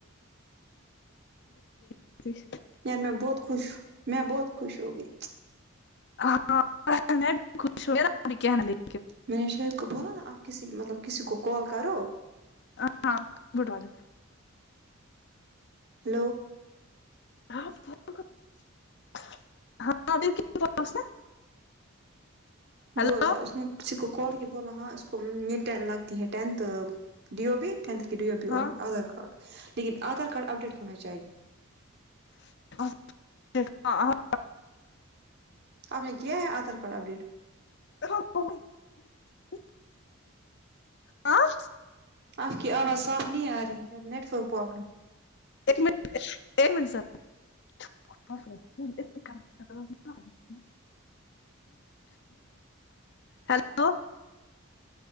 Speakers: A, on the left; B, on the right.
A: <inaudible>
B: یار میں بہت خوش میں بہت خوش ہوگئی
A: ہاں میں بھی خوش میرا بھی <inaudible>
B: میں نے شہر کو بولا نا آپ کسی مطلب کسی کو کال کرو
A: ہ ہاں گٹ وال
B: ہلو
A: ہاں <unintelligible> ہیلو
B: بولا اس نے کسی کو کال کیا بولا ہاں اس کو یہ ٹین لگتی ہے ٹینتھ ڈیو بی ٹینت کی ڈیوپی
A: ہاں
B: اور آدھار کارڈ لیکن آدھار کارڈ اپ ڈیٹ ہونا چاہیے
A: <inaudible>
B: آپ نے کیا ہے آدھار کارڈ اپڈیٹ
A: کا <unintelligible> آں
B: آپ کی آواز صاف نہیں آ رہی ہے نیٹورک پرابلم
A: ایک منٹ ایک منٹ سر اورم <unintelligible> ہلو